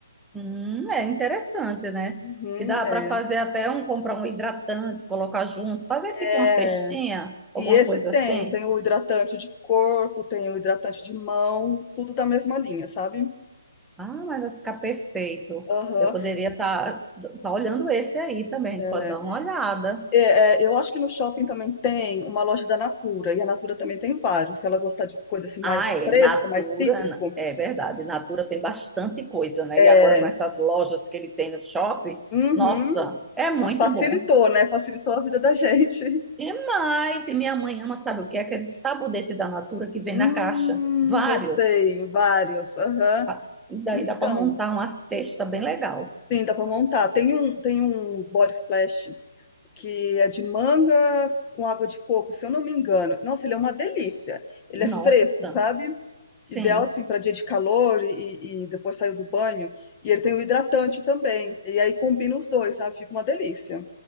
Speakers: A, in the centre; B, on the left (about 20°).
A: Hum, é interessante, né?
B: Uhum,
A: Que dá
B: é.
A: para fazer até um, comprar um hidratante, colocar junto, fazer
B: É,
A: tipo uma cestinha, alguma
B: E esse
A: coisa
B: tem,
A: assim.
B: tem o hidratante de corpo, tem o hidratante de mão, tudo da mesma linha, sabe?
A: Ah, mas vai ficar perfeito.
B: Aham.
A: Eu poderia estar tá, tá olhando esse aí também,
B: é.
A: pode dar uma olhada.
B: É, é, eu acho que no shopping também tem uma loja da Natura, e a Natura também tem vários. Se ela gostar de coisa assim mais
A: Ah, é.
B: fresca,
A: Natura,
B: mais cítrico,
A: na- é verdade. Natura tem bastante coisa, né?
B: é,
A: E agora com essas lojas que ele tem no shopping,
B: Uhum.
A: nossa, é muito
B: Facilitou,
A: bom.
B: né, facilitou a vida da <laughs> gente.
A: E mais, e minha mãe ama, sabe o que? Aquele sabonete da Natura que vem
B: Hum,
A: na caixa. Vários.
B: eu sei, vários. Aham.
A: Ah, E daí
B: Então,
A: dá para montar uma cesta bem legal.
B: sim, dá para montar. Tem um, tem um body splash que é de manga com água de coco, se eu não me engano. Nossa, ele é uma delícia. Ele
A: Nossa,
B: é fresco, sabe?
A: sim.
B: Ideal assim para dia de calor e, e depois saiu do banho. E ele tem o hidratante também. E aí combina os dois, sabe? Fica uma delícia.